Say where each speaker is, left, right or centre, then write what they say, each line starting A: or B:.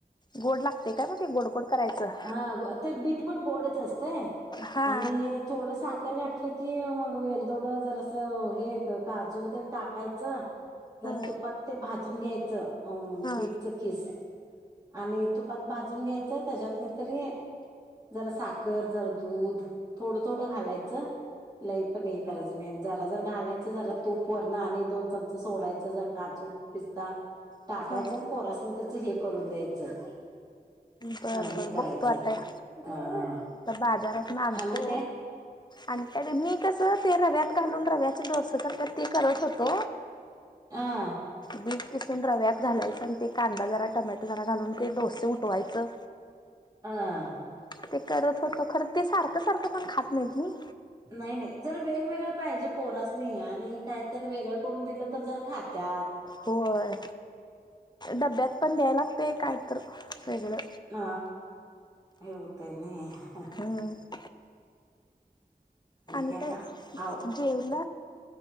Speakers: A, on the left; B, on the right.
A: गोड लागतय काय मग ते गोड गोड करायचं.
B: हा ग- ते बीट पण गोडच असतय
A: हा
B: आणि थोड सा खर घातलं की मग वेलदोडं जरासं हे काजू तेंन टाकायचं जरा
A: हा
B: तुपात ते भाजून घ्यायचं अ
A: हा
B: बीटच खीस आणि तुपात भाजून घ्यायचं त्याच्यात नाही तरी जरा साखर जरा दूध थोडं थोडं घालायचं. लय पण हे करायचं नाही जरा जरा घालायचं जरा तूप वरण आणि दोन चमचे सोडायचं जरा काजू पिस्ता टाकायचा
A: हा
B: आणि पोरासन त्याच हे करून द्यायचं
A: बर
B: अ हे
A: बर
B: करायचं
A: बघतो आता या
B: अ
A: आता बाजारात नानतो
B: आणि काय
A: आणि त्या मी कसं ते रव्यात घालून रव्याचा डोस कर ते करत होतो
B: ह
A: बीठ किसून रव्यात घालायचं आणि ते कांदा जरा टमॅटो जरा घालून ते डोसे उठवायचं
B: ह
A: ते करत होतो खरं ते सारखं सारखं पण खात नाहीत मी
B: नाही नाही जर वेगवेगळं पाहिजे पोरासणी आणि काहीतरी वेगळं करून दिलं तर जर खातत
A: होय डब्यात पण द्याय लागते कायत वेगळं
B: ह येऊत आहे नाही
A: हा आणि
B: काय
A: ते,
B: का
A: <unintelligible>
B: आव